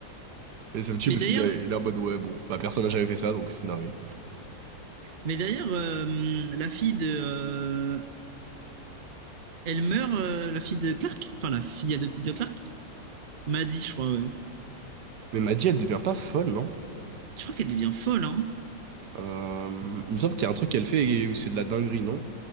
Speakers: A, on the right; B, on the right.
A: Et ça me tue
B: Mais
A: parce
B: d'ailleurs,
A: qu'il a- il est en mode, ouais, bon, bah personne n'a jamais fait ça, donc c'est dingue.
B: mais d'ailleurs, euh, la fille de, euh, elle meurt, euh, la fille de Clark, enfin la fille adoptive de Clark, Maddie, je crois, ouais.
A: Mais Maddy, elle devient pas folle, non?
B: Je crois qu'elle devient folle, hein.
A: Euh, il me semble qu'il y a un truc qu'elle fait et où c'est de la dinguerie, non?